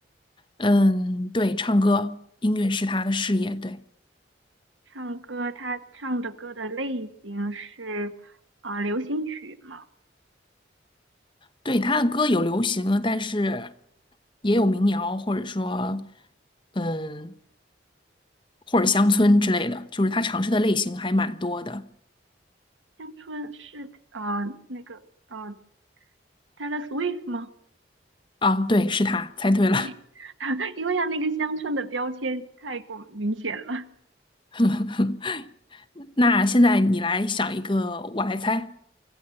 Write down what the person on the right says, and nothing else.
唱歌，他唱的歌的类型是啊，流行曲吗？
乡村是呃那个呃 Taylor Swift 吗？
哎，<laughs> 因为他那个乡村的标签太过明显了。